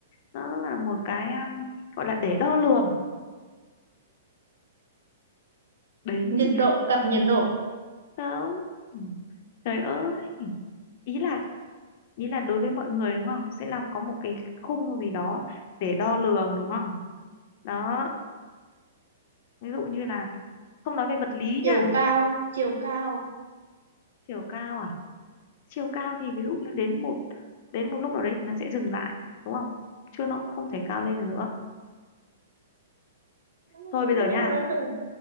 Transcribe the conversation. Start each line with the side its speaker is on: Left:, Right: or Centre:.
Left: nó là một cái um, gọi là để đo lường đấy
Right: nhiệt độ cặp nhiệt độ
Left: không ừ. trời ơi ý là ý là đối với mọi người đúng không sẽ làm có một cái khung gì đó để đo lường đúng không đó ví dụ như là không nói về vật lý
Right: chiều
Left: nha
Right: cao chiều cao
Left: chiều cao à chiều cao thì ví dụ như đến một đến một lúc nào đấy thì nó sẽ dừng lại đúng không chứ nó cũng không thể cao lên được nữa
Right: Ừ,
Left: thôi bây giờ
Right: nhưng
Left: nha
Right: mà nó dừng